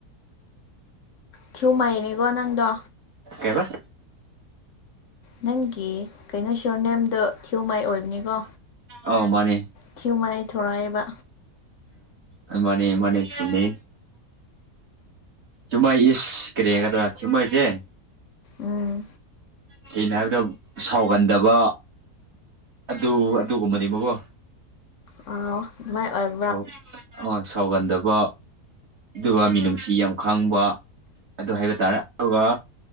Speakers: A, on the left (about 55°); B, on the right (about 45°).
A: ꯊꯤꯌꯨꯝ ꯃꯩꯔꯦꯑꯦ ꯅꯪꯗꯣ
B: ꯀꯩꯕꯑ
A: ꯅꯪꯒꯤ ꯀꯩꯅꯣꯁꯣꯔ ꯅꯦꯝꯗꯣ ꯊꯤꯌꯨꯃꯩꯏ ꯑꯣꯏꯕꯅꯤꯀꯣ
B: ꯑꯧ ꯃꯥꯅꯦ
A: ꯊꯤꯌꯨꯃꯩ ꯊꯣꯔꯛꯑꯕ
B: ꯑ ꯃꯅꯦ ꯃꯅꯦ ꯆꯨꯝꯃꯦ ꯆꯨꯝꯃꯥꯏ ꯏꯁ ꯀꯔꯤꯒꯗ꯭ꯔꯥ ꯊꯤꯃꯩꯁꯦ
A: ꯎꯝ
B: ꯁꯦꯅꯥꯟꯗꯝ ꯁꯥꯎꯒꯟꯗꯕ ꯑꯗꯨ ꯑꯗꯨꯒꯨꯝꯕꯅꯦ ꯒꯣ
A: ꯑꯧ ꯗꯨꯃꯥꯏꯑꯣꯏ
B: ꯁꯥꯎ ꯑ ꯁꯥꯎꯒꯟꯗꯕ ꯑꯗꯨꯒ ꯃꯤꯅꯨꯡꯁꯤ ꯌꯥꯝ ꯈꯪꯕ ꯑꯗꯨ ꯍꯥꯏꯕ ꯇꯥꯔꯦ ꯑꯗꯨꯒ